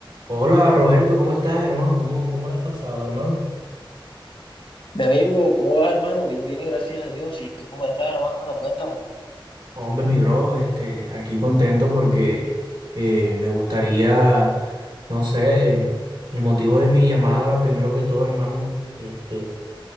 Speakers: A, on the right (about 60°); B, on the left (about 75°).
A: Hola Roberto, ¿cómo estás, hermano? ¿Cómo, cómo lo has pasado, hermano?
B: Mi amigo, ¿cómo va, hermano? Bien, bien, gracias a Dios. ¿Y tú cómo estás, hermano? Cuéntame.
A: Hombre, mi bro, este, aquí contento porque eh, me gustaría, no sé, eh, el motivo de mi llamada, primero que todo, hermano, este,